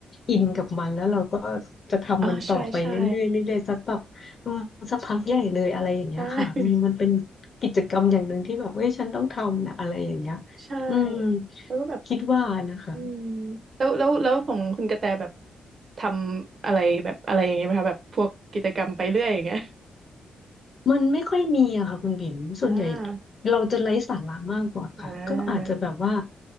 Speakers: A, on the left (about 35°); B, on the right (about 40°).
A: อินกับมันแล้วเราก็จะทำมันต่อไปเรื่อยๆเรื่อยๆสักแบบอืมสักพักใหญ่เลยอะไรอย่างเงี้ยค่ะอืมมันเป็น
B: อ่าใช่ใช่ใช่
A: กิจกรรมอย่างหนึ่งที่แบบเอ้ยฉันต้องทำนะอะไรอย่างเงี้ย
B: ใช่
A: อืม
B: แล้วก็แบบ
A: คิดว่านะคะ
B: อืมแล้วแล้วแล้วของคุณกระแตแบบทำอะไรแบบอะไรอย่างเงี้ยไหมคะแบบพวกกิจกรรมไปเรื่อยอย่างเงี้ย
A: มันไม่ค่อยมีอะค่ะคุณบิ๋มส่วนใหญ่
B: อ่า
A: เราจะไร้สาระมากกว่าค่ะก็อาจจะแบบว่า
B: อ่า